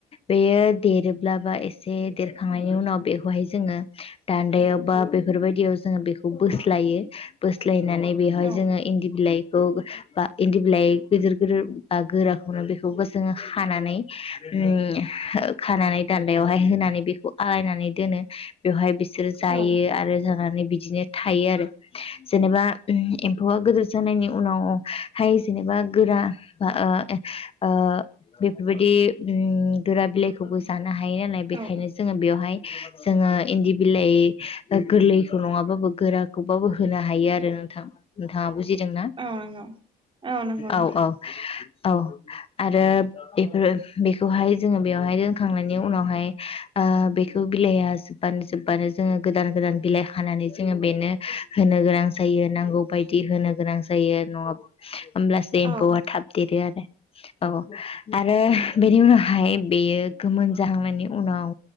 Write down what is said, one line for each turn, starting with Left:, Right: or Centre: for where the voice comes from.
Left: बेयो देरोब्ला बा एसे देरखांनायनि उनाव बेखौहाय जोङो दान्दायाव बा बेफोरबायदियाव जों बेखौ बोस्लायो बो बोस्लायनानै बेवहाय
Right: औ
Left: जोङो इन्दि बिलाइखौ बा इन्दि बिलाइ गिदिर गिदिर बा गोराखौनो बेखौबो जोङो हानानै उम ओ खानानै दान्दायावहाय होनानै बेखौ आलायनानै दोनो बेवहाय बि बिसोरो जायो
Right: औ
Left: आरो जानानै बिदिनो थायो आरो जेनेबा उम एम्फौआ गोदोर जानायनि उनावहाय जेनेबा बा गोरा बा ओ ए ओ बेफोरबायदि उम गोरा बिलाइखौबो जानो हायो नालाय बेखायनो
Right: औ
Left: जोङो बेवहाय जोङो इन्दि बिलाइ गोरलैखौ नङाबाबो गोराखौबाबो होनो हायो आरो नोंथां। नोंथाङा बुजिदोंना
Right: औ नंगौ औ नंगौ नोंथां
Left: औ-औ। औ आरो बेफोर बेखौहाय जोङो बेवहाय दोनखांनायनि उनावहाय ओ बेखौ बिलाइया जोबबानो जोबबानो जोङो गोदान गोदान बिलाइ हानानै जोङो बेनो होनो गोनां जायो नांगौ बायदि होनो गोनां जायो आरो नंआ होमब्लासो एम्फौआ
Right: औ
Left: थाब देरो आरो औ आरो बेनि उनावहाय बेयो गोमोन जाहांनायनि उनाव